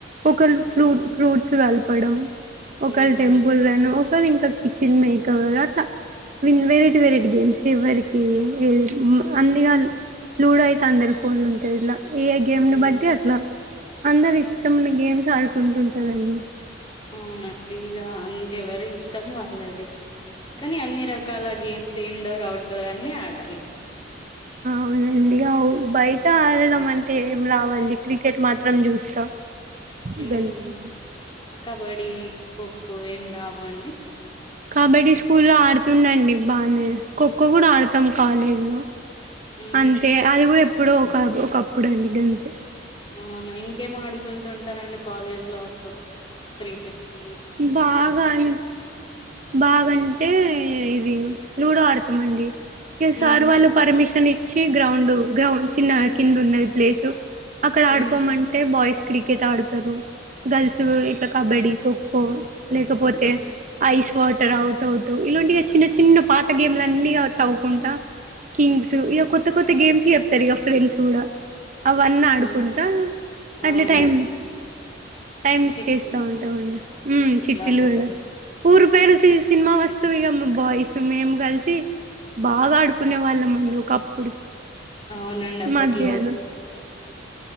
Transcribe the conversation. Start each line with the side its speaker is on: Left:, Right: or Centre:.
Right: ఒకరు ఫ్లూట్
Left: మ్మ్
Right: ఫ్రూట్సు గల్పడం
Left: మ్మ్
Right: ఒకళ్ టెంపుల్ రన్ను ఒకరికి కిచెన్ మేకవర అట్ల విన్ వెరైటీ వెరైటీ గేమ్స్ ఎవ్వరికి ఏది మ్ అందిగాన్ లూడో అయితే అందరి ఫోన్ లో ఉంటది ఇలా ఏ గేమ్ను
Left: మ్మ్
Right: బట్టి అట్ల అందరు ఇష్టమున్న గేమ్సు ఆడుకుంటుంటారండి
Left: అవునండి ఇగ అన్ ఎవరు ఇష్టం వాళ్ళది కానీ అన్ని రగ్ కాళ గేమ్స్ ఇండోర్ అవుడ్డోర్ అన్ని ఆడాలి
Right: అవునండిగా ఆవ్ బయట ఆడడం అంటే ఏం రావండి క్రికెట్ మాత్రం జూస్తా
Left: హ్మ్
Right: గంతే అండి
Left: కబడ్డీ ఖోఖో ఏం రావ అండి
Right: కబడ్డి స్కూల్లో ఆడుతుండండి బానే ఖోఖో గూడ ఆడుతాం కాలేజ్ లో
Left: హ్మ్
Right: అంతే అది గూడ ఎప్పుడో ఒకా ఒకప్పుడండి గంతే
Left: అవునా ఇంకేం ఆడుకుంటు ఉంటారం అండి కాలేజ్ లో అప్పుడప్పుడు ఫ్రీ పీరియడ్ లి
Right: బాగా అం బాగంటే ఇది లూడో ఆడతామండి ఇక
Left: హ్మ్.
Right: సారు వాళ్ళు పర్మిషన్ ఇచ్చి గ్రౌండ్ గ్రౌండ్ చిన్న కింద ఉన్నది ప్లేసు అక్కడ
Left: హ్మ్.
Right: ఆడుకోమం అంటే బాయ్స్ క్రికెట్ ఆడతారు గర్ల్స్ ఇట్లా కబడ్డీ ఖోఖో లేకపోతే
Left: హ్మ్.
Right: ఐస్ వాటర్ అవుట్ అవుట్ ఇలాంటిగా చిన్న చిన్న పాత గేమ్లలన్ని తవ్వుకుంటా కింగ్స్
Left: హ్మ్.
Right: ఇక కొత్త కొత్త గేమ్స్ చెప్తరు ఇక ఫ్రెండ్స్ కూడా అవన్ని ఆడుకుంటా
Left: ఆ!
Right: అట్ల
Left: అవునండి.
Right: టైం టైమ్
Left: చిట్టీలు
Right: స్పేస్తా ఉంటాండి
Left: చిట్టీలాడటం
Right: చిట్టీలు ఊ కూడా ఊరు పేరు సినిమా వస్తువు ఇక బాయ్స్ మేము కలిసి బాగా ఆడుకునే వాళ్ళ మండి ఒకప్పుడు
Left: అవునండి అప్పట్లోచ్
Right: మధ్యాహ్నం